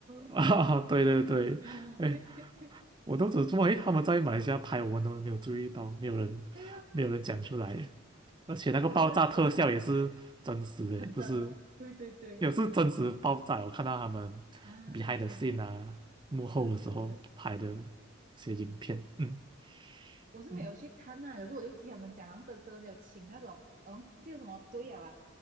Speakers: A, on the right (about 25°); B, on the right (about 40°).
A: 啊，<laughs> 对对对，
B: <laughs> 啊，
A: 哎，
B: 对对对
A: 我都只注意他们在马来西亚拍，我们都没有注意到，没有人没有人讲出来，
B: 对哦，
A: 而且那个爆炸特效也是真实的，
B: 我的我的很真，
A: 不是，
B: 对对对
A: 也是真实爆炸。我看到他们
B: 啊，
A: behind the scene 啊，幕后的时候拍的一
B: 是是是。
A: 些影片，嗯
B: 我是没有去看呐、
A: 嗯，
B: 可是我就听他们讲，好像真真的有请那种，呃，忘记了什么队啊吧，